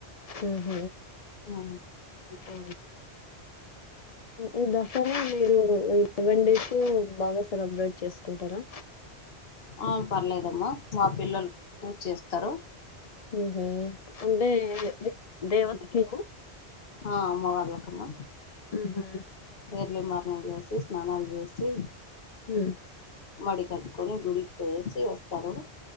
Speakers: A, on the left; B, on the left.
A: హహ
B: ఆ
A: అ ఈ దసరా మీరులవెన్ డేస్ బాగా సెలబ్రేట్ చేసుకుంటారా
B: ఆ పర్లేదమ్మా మా పిల్లలు పూర్ చేస్తారు
A: హే హే అందే దేవతకినా
B: ఆ అమ్మ వర్లకమ్మా
A: ఆహ
B: ఎర్లి మార్నింగ్ లేసి స్నానాలు చేసి
A: హ్మ్
B: మడి కట్టుకొని గుడికి పోయేసి వస్తారు